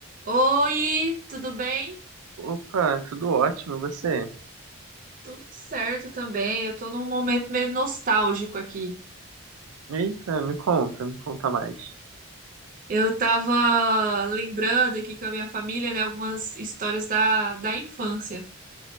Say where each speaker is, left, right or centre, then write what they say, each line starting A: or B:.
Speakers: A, on the right (about 40°); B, on the right (about 85°).
A: Oi, tudo bem?
B: Opa, tudo ótimo, e você?
A: Tudo certo também. Eu tô num momento meio nostálgico aqui.
B: Eita, me conta, me conta mais.
A: Eu tava lembrando aqui com a minha família, né, algumas histórias da, da infância.